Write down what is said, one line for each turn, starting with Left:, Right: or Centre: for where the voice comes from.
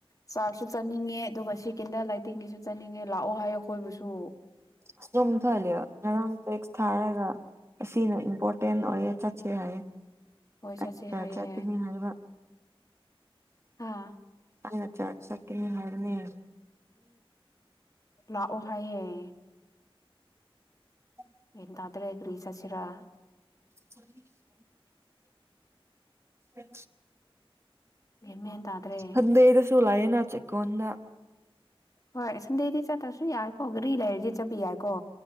Left: ꯆꯥꯔꯖꯁꯨ ꯆꯠꯅꯤꯡꯉꯦ ꯑꯗꯨꯒ ꯁꯤ ꯀꯤꯟꯗꯜ ꯂꯥꯏꯇꯤꯡꯉꯁꯨ ꯆꯠꯅꯤꯡꯉꯦ ꯂꯥꯛꯑꯣ ꯍꯥꯏ ꯑꯩꯈꯣꯏꯕꯨꯁꯨ
Right: ꯑ ꯑꯗꯨꯨꯝꯊꯍꯜꯂꯦꯕ ꯉꯔꯥꯡ ꯇꯦꯛꯁ ꯊꯥꯔꯒ ꯑꯁꯤꯅ ꯏꯝꯄꯣꯔꯇꯦꯟ ꯑꯣꯏꯌꯦꯦ ꯆꯠꯁꯦ ꯍꯥꯏꯌꯦ
Left: ꯍꯣꯏ ꯆꯠꯁꯤ
Right: ꯑꯩ ꯆꯔꯆ
Left: ꯍꯥꯏꯌꯦ
Right: ꯆꯠꯀꯅꯤ ꯍꯥꯏꯕ
Left: ꯍꯥꯥ
Right: ꯑꯆꯥꯠꯆꯥ ꯀ ꯍꯔꯅꯤ ꯍꯥꯏ
Left: ꯂꯥꯛꯑꯣꯍꯌꯦꯦ
Right: ꯑ
Left: ꯌꯦꯗ꯭ꯔꯦ ꯄꯈ꯭ꯔꯤ ꯆꯆꯔꯥ
Right: ꯊ ꯑ
Left: ꯒ꯭ꯌꯥꯟ ꯃꯦꯟ ꯇꯥꯗ꯭ꯔꯦ
Right: ꯊꯗꯗ ꯁꯨꯂꯏ ꯅꯅꯥꯆꯀ ꯀꯟꯅ
Left: ꯍꯣꯏ ꯁꯟꯗꯦꯗꯤ ꯆꯠꯇ꯭ꯔꯁꯨ ꯌꯥꯏꯀꯣ ꯒꯥꯔꯤ ꯂꯩꯔꯗꯤ ꯆꯠꯄ ꯌꯥꯏꯀꯣ